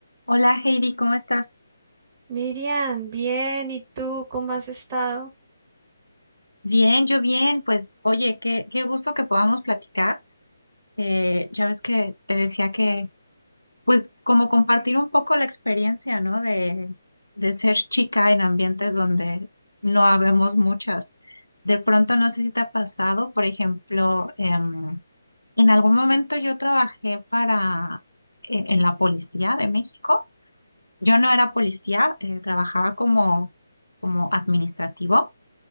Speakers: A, on the left; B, on the right.
A: Hola Heidi, ¿cómo estás?
B: Miriam, bien, ¿y tú cómo has estado?
A: Bien, yo bien. Pues oye, qué, qué gusto que podamos platicar. Eh, ya ves que te decía que, pues como compartir un poco la experiencia, ¿no? De, de ser chica en ambientes donde no habemos muchas. De pronto, no sé si te ha pasado, por ejemplo, em, en algún momento yo trabajé para, en, en la policía de México. Yo no era policía, eh, trabajaba como, como administrativo.